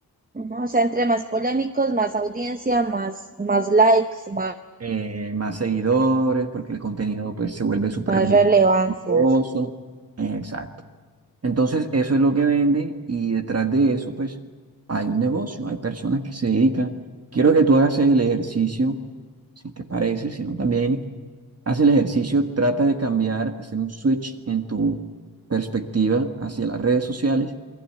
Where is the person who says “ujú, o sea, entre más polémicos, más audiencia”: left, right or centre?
Right